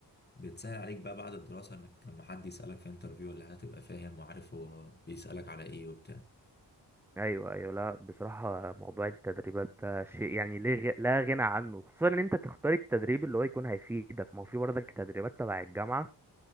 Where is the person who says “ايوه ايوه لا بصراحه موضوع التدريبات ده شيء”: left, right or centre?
Centre